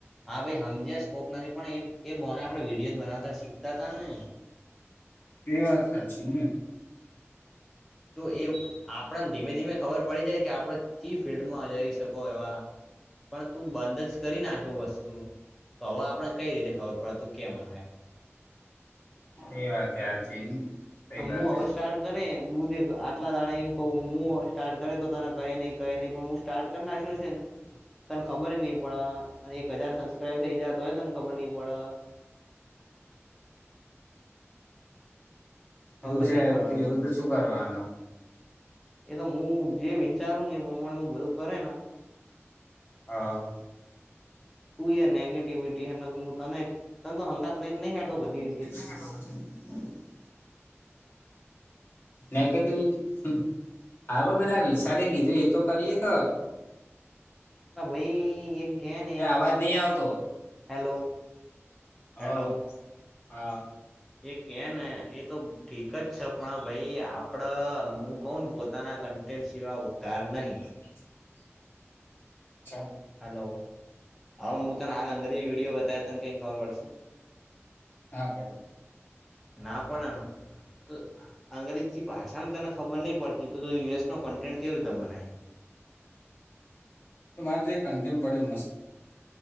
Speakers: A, in the centre; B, on the left (about 50°).
A: હા ભાઈ સમજ્યા સ્કોપ નથી પણ એ એ બોને આપડે વિડીયો બનાવતા શીખતા હતાા ને
B: તે વાત સાચી ને
A: તો એ આપણને ધીમે ધીમે ખબર પડી જાય કે આપણે ચી ફિલ્ડમાં જઈ શકો એવા પણ તું બંધ જ કરી નાખે કે વસ્તુ તો હવે આપણે કઈ રીતે ખબર પડે તું કે મે
B: એ વાત તે સાચી સઈ
A: હું
B: વાત
A: હવે
B: છે.
A: સ્ટાર્ટ કરે હું આટલા દાડા એમ કહું હું સ્ટાર્ટ કરે તો તને કહે નહી કહે નહી પણ સ્ટાર્ટ કર ના શું છે ને તને ખબર નહી પડ અને એક હજાર સબસ્ક્રાઈબ થઈ જ તો તોય તને કબડ્ડી બોળા
B: કીધું
A: ખબર
B: છે
A: નહી પડવા
B: એથી
A: દઉં
B: એવું તો શું કરવાનું
A: એ તો હું જે વિચારું ને એ પ્રમાણે બધું કરે ને
B: હા
A: કું નેગેટિવિટી તને તને તો હંગાત લઈને નહી હડતો બધી રીતે
B: <unintelligible> નેગેટિવિટી હા ભાઈ પેલા વિશાલેે કીધું એ તો કરી હકે ને
A: ના ભાઈ એક ગયા ને
B: એ અવાજ નહી આવતો
A: હેલો
B: હ
A: હેલો
B: હા
A: એ કે ને એ તો ઠીક જ છે પણ ભાઈ આપણે હું કહું ને પોતાના ક તે સિવાય ઉતાર નહીં
B: <unintelligible> અચ્છા
A: હલો અ મૂતા ના આલંગ વિડીયો બતાવે તને કઈ ખબર પડશે
B: ના પડો
A: ના પડે તો અંગ્રેજી ભાષામાં તને ખબર નહીં પડતી તો યુએસનો કન્ટેન્ટ કેવી રીતના બનાય
B: તો મારી જે કન્ટમ પડે મસ્ત